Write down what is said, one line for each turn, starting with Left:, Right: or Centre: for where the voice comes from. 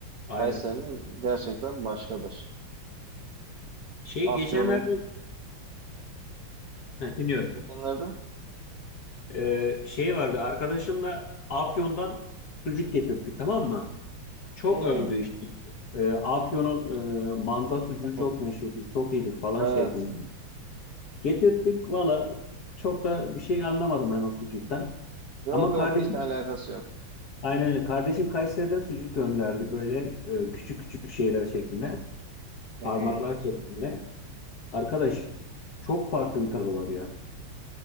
Left: Aynen.
Right: Kayseri'nin gerçekten başkadır.
Left: Şey
Right: Afyon'un
Left: geçenlerde, Heh, dinliyorum.
Right: geçenlerde.
Left: Ee, şey vardı arkadaşımla Afyon'dan sucuk getirttik tamam mı? Çok
Right: Hı.
Left: övdü işte. Ee, Afyon'un e, manda sucuğu
Right: <laughs>
Left: çok meşhurdur, çok iyidir falan
Right: Evet.
Left: şeklinde. Getirttik valla çok da bir şey anlamadım ben o sucuktan.
Right: Yok
Left: Ama
Right: yok
Left: kardeşim
Right: hiç alakası yok.
Left: aynen öyle. Kardeşim Kayseri'den sucuk gönderdi böyle e, küçük küçük şeyler şeklinde.
Right: Hı
Left: Parmaklar
Right: hı.
Left: şeklinde. Arkadaş çok farklı bir tadı var ya.